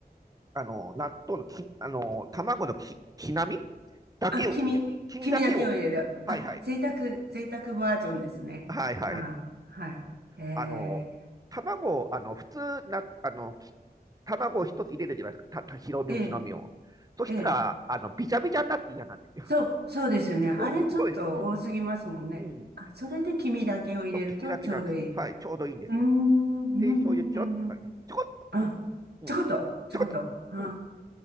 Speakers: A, on the right (about 20°); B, on the right (about 80°).
A: あの、納豆のき、あの、卵のき、きなみだけを入れます。
B: あ、黄身、
A: 黄身だけを。
B: 黄身だけを入れる。
A: はいはい。
B: あ、贅沢、贅沢バージョンですね。
A: はいはい。
B: はい、はい。ええ、
A: あの、卵を、あの、普通な、あの、き卵を一つ入れるじゃないですか。た、た、白身を、
B: ええ、
A: 黄身を。そしたら、
B: ええ。
A: あの、びちゃびちゃになって嫌なんですよ。
B: そう、そうですよね。
A: <laughs>
B: あれちょっと多すぎますもんね。
A: そうそうそうです。うん。うん。
B: あ、それで黄身だけを入れるとちょうどいい。
A: そう、黄身だけなんですよ。はい。ちょうどいいんですよ。
B: うーん、うん、うん、
A: で、醤油ちょろっとかね。
B: うん、うん。
A: ちょこっと。
B: あ、
A: うん。
B: ちょこっと、ちょこっと。
A: ちょこっと。
B: あ
A: うん。